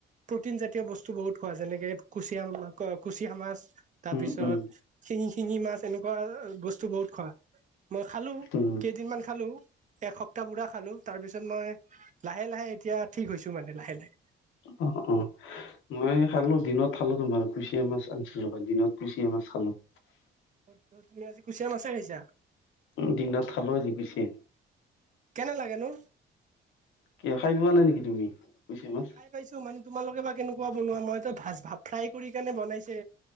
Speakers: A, on the right; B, on the left.
A: প্ৰ'টিন জাতীয় বস্তু বহুত খোৱা যেনেকে কুচিয়া মা, কুচিয়া মাছ। তাৰপিছত
B: উম উম
A: শিঙি-শিঙি মাছ এনেকুৱা বস্তু বহুত খোৱা। মই খালোঁ,
B: উম
A: কেইদিনমান খালোঁ এসপ্তাহ পুৰা খালোঁ। তাৰপিছত মই লাহে-লাহে এতিয়া ঠিক হৈছোঁ মানে লাহে-লাহে।
B: অহ', অহ'। মই খালোঁ দিনত খালোঁ তোমাৰ কুচিয়া মাছ আনিছিলোঁ কালি, দিনত কুচিয়া মাছ খালোঁ।
A: ত' তুমি আজি কুচিয়া মাছে খাইছা।
B: উম, দিনত খালোঁ আজি কুচি
A: কেনে লাগেনো
B: কিয় খাই পোৱা নাই নেকি তুমি? কুচিয়া মাছ
A: খাই পাইছোঁ মানে তোমালোকে বা কেনেকুৱা বনোৱা, মইটো ভাজ ভাৱ ফ্ৰাই কৰি কিনে বনাইছে।